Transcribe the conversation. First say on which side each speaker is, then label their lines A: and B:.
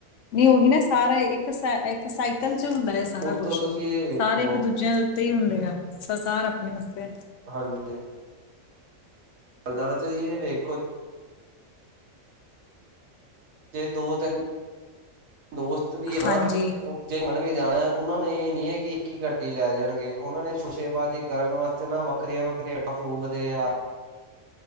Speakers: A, on the left (about 70°); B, on the right (about 80°).
A: ਨਹੀਂ ਉਹੀ ਨਾ ਸਾਰਾ ਇੱਕ ਸ ਇੱਕ ਸਾਈਕਲ ਚ ਹੁੰਦਾ ਹੈ ਸਾਰਾ
B: ਉੱਤੋਂ
A: ਕੁਛ
B: ਤੁਸੀਂ ਇਹ ਵੇਖੋ
A: ਸਾਰੇ ਇੱਕ ਦੂਜਿਆਂ ਦੇ ਉੱਤੇ ਹੀ ਹੁੰਦੇ ਆ ਸਰਕਾਰ ਆਪਣੇ ਵਾਸਤੇ
B: ਹਾਂਜੀ ਚੱਲਦਾ ਵਾ ਤੁਸੀਂ ਇਹ ਵੇਖੋ ਜੇ ਦੋ ਤਿੰਨ <inaudible> ਦੋਸਤ ਵੀ ਹਨ ਨਾ
A: ਹਾਂਜੀ
B: ਉਹ ਜੇ ਗੜ ਵੀ ਜਾਣਾ ਉਹਨਾਂ ਨੇ ਇਹ ਨੀ ਹੈ ਕਿ ਇੱਕ ਹੀ ਗੱਡੀ ਲੈ ਜਾਣਗੇ ਉਹਨਾਂ ਨੇ ਸ਼ੋਸ਼ੇਬਾਜ਼ੀ ਕਰਨ ਵਾਸਤੇ ਜਿੰਨਾ ਵੱਖਰੀਆਂ ਵੱਖਰੀਆਂ ਐੱਡਾ ਫੂਕਦੇ ਆ